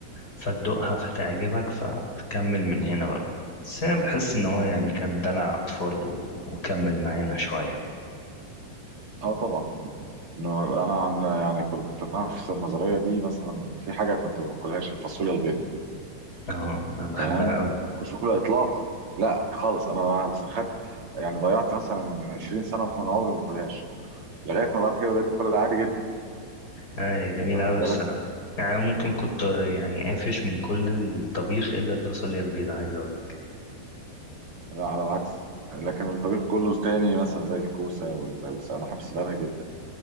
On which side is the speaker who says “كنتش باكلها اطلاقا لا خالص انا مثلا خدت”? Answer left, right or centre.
Right